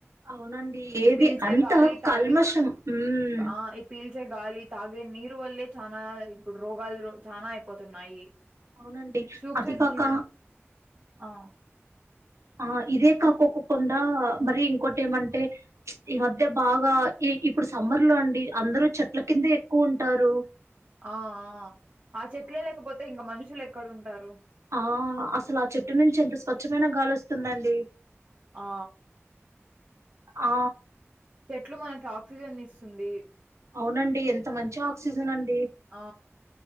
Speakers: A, on the right; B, on the right.
A: అవునండి
B: ఈ
A: ఏది
B: పిల్చే
A: అంత
B: గాలి తాగే
A: కల్మషం ఉమ్
B: ఆ ఈ పిల్చే గాలి తాగే నీరు వల్లే చానా ఇప్పుడు రోగాలు చానా అయిపోతున్నాయి
A: అవునండి
B: సూక్ష్మజీవి
A: అది కాక
B: ఆ
A: ఆ ఇదే కాకోకుండా మరి ఇంకోటి ఏమంటే ఉచ్ ఈ మధ్య బాగా ఈ ఇప్పుడు సమ్మర్ లో అండి అందరు చెట్ల కిందే ఎక్కువ ఉంటారు
B: ఆ ఆ ఆ చెట్లే లేకపోతే ఇంక మనుషులు ఎక్కడ ఉంటారు
A: ఆ అసలు ఆ చెట్టు నుంచి ఎంత స్వచ్ఛమైన గాలి వస్తుందండి
B: ఆ
A: ఆ
B: ఎట్లు మనకి ఆక్సిజన్ ఇస్తుంది
A: అవునండి ఎంత మంచి ఆక్సిజన్ ఆన్
B: ఆ